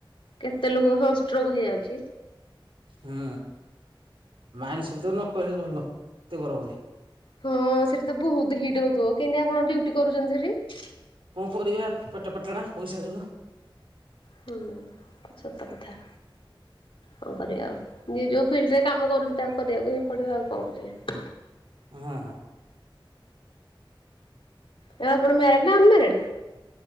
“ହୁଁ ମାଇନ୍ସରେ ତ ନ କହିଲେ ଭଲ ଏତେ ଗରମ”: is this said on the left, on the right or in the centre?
Right